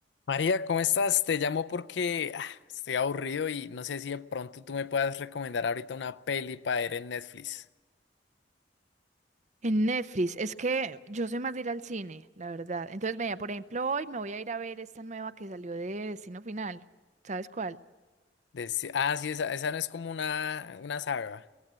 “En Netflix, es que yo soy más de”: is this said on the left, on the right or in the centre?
Right